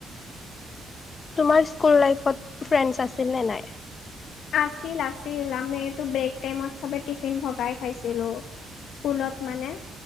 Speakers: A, on the left; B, on the left.
A: তোমাৰ স্কুল লাইফত ফ্ৰেণ্ডছ আছিল নে নাই
B: আছিল আছিল আমিতো ব্ৰেক টাইমত চবে টিফিন ভগাই খাইছিলো স্কুলত মানে